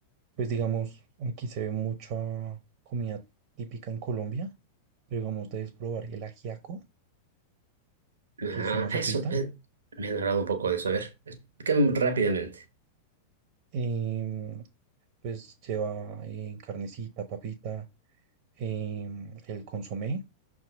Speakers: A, on the right (about 45°); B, on the right (about 70°).
A: pues digamos, aquí se ve mucha comida típica en Colombia. Pero digamos, debes probar el ajiaco,
B: Ah,
A: que es una sopita.
B: eso. Me, me han hablado un poco de eso. A ver, explícame rápidamente.
A: em, pues lleva eh, carnecita, papita, em, el consomé